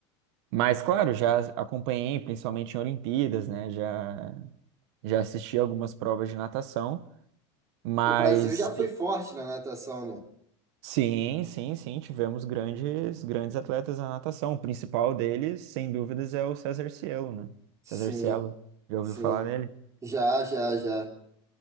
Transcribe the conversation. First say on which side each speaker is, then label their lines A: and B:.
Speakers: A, on the right; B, on the right.
A: Mas, claro, já acompanhei, principalmente em Olimpíadas, né, já, já assisti algumas provas de natação, mas
B: O Brasil já foi
A: tem-
B: forte na natação, né?
A: sim, sim, sim, tivemos grandes, grandes atletas na natação. O principal deles, sem dúvidas, é o César Cielo, né?
B: Sim,
A: César Cielo, já ouviu
B: sim.
A: falar dele?
B: Já, já, já.